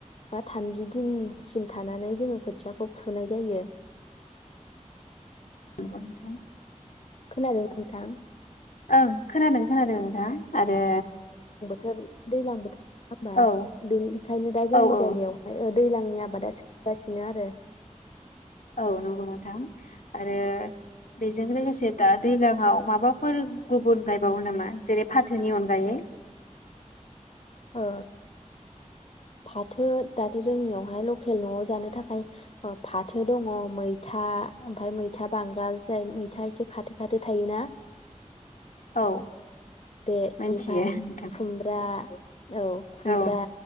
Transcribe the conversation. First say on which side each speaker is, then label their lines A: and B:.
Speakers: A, on the left; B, on the left.
A: बा थामजि दिनसिम थानानै जोङो खोथियाखौ फुनाय जायो।
B: नंगौ नोंथां
A: खोनादोंना नोंथां?
B: ओं खोनादों खोनादों नोंथा आरो।
A: थोर दैैलां बोथोर <unintelligible>
B: औ
A: बेनिखायनो दा जोंनि
B: औ औ
A: जायगायावहाय ओ दैलांनि आबादा सोलिगासिनो आरो।
B: औ नंगौ नोंथां आरो बेजों लोगोसे दा दैज्लांयाव माबा फोर गुबुन गायबावा नामा जेरै फाथोनि अनगायै?
A: अ फाथो दाथ' जोंनियावहाय लकेल न'आव जानो थाखाय ओ फाथो दङ मैथा ओमफ्राय मैथा बांगाल जाय मैथा एसे खाथो खाथो थायोना
B: औ
A: बे बेनिफ्राय
B: मिनथियो नोंथां।
A: खुमब्रा औ खुमब्रा
B: औ